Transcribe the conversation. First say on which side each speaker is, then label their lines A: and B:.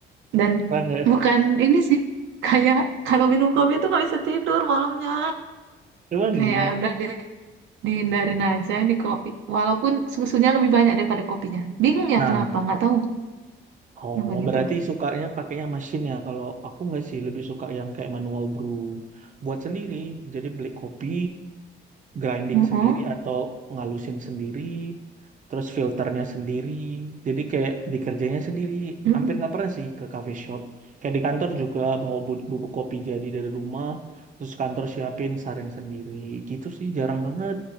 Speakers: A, on the right (about 75°); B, on the right (about 40°).
A: Dan
B: pernah nggak
A: bukan ini sih. Kayak kalau minum kopi itu nggak bisa tidur malamnya.
B: <laughs> emang
A: Kayak
B: iya
A: udah deh, dihindarin aja ini kopi. Walaupun susunya lebih banyak daripada kopinya. Bingung
B: nah
A: ya kenapa, nggak tahu.
B: oh
A: Kenapa gitu.
B: berarti sukanya pakainya mesin ya kalau aku nggak sih lebih suka yang kayak manual brew buat sendiri jadi beli kopi grinding
A: Mm-mm.
B: sendiri atau ngalusin sendiri, terus filternya sendiri. Jadi kayak dikerjanya sendiri,
A: Mm-mm.
B: hampir nggak pernah sih ke cafe shop. Kayak di kantor juga bawa bu- bubuk kopi jadi dari rumah, terus kantor siapin saring sendiri. Gitu sih jarang banget.